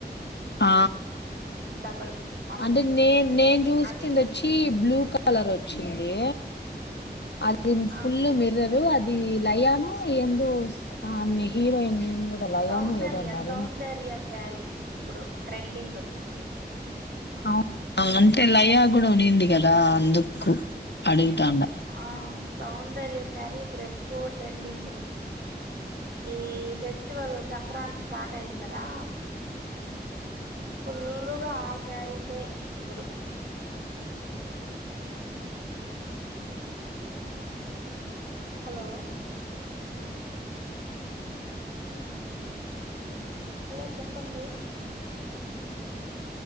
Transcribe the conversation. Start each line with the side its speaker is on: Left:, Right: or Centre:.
Left: ఆ
Right: డబల్ అవును
Left: అంటే నే నేను చూసింది
Right: అది ఇప్పుడు
Left: వచ్చి బ్లూ కలర్ వచ్చింది అది
Right: ఆ
Left: ఫుల్ మిర్రరు అది ఇది లయాను ఎందో ఆ ఆమ్ హీరోయిన్ కూడా లయాను
Right: సౌందర్య
Left: ఏదో అన్నారు
Right: సౌందర్య స్యారీ ఇప్పుడు ట్రెండింగ్
Left: అ అంటే లయా కూడా ఉనింది కదా అందుకు అడుగుతాండ
Right: ఆ సౌందర్య స్యారీ ఇప్పుడు ఎక్కువ ట్రెండింగ్ ఈ ఫెస్టివల్ సంక్రాంతి స్టార్ట్ అయింది కదా ఫుల్లుగా ఆ స్యారీసే ఇప్పుడు హలో హలో చెప్పండి